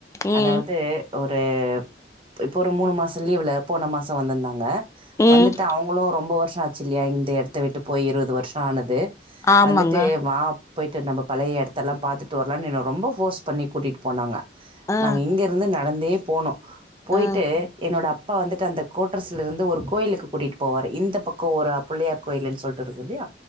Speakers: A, on the left (about 15°); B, on the right (about 30°).
A: ம்
B: அதாவது ஒரு ஒரு இப்போ ஒரு மூணு மாசோ லீவ்ல போன மாசோ வந்திருந்தாங்க
A: ம்
B: வந்துட்டு அவுங்களு ரொம்ப வருஷோ ஆச்சு இல்லையா இந்த எடத்த விட்டு போய் இருவது வருஷோ ஆனது
A: ஆமாங்க
B: வந்துட்டு வா போய்ட்டு நம்ம பழைய எடத்தெல்லா பாத்துட்டு வரலானு என்ன ரொம்ப ஃபோர்ஸ் பண்ணி கூட்டிட்டு போனாங்க
A: அ
B: நாங்க இங்கேருந்து நடந்தே போனோ போய்ட்டு
A: அ
B: என்னோட அப் பா வந்துட்டு அந்த கோட்ர்ஸ்ல இருந்து ‌ ஒரு கோயிலுக்கு கூட்டிட்டு போவாரு இந்த பக்க ஒர புள்ளையார் கோயிலுன்னு சொல்லிட்டு இருக்குல்லியா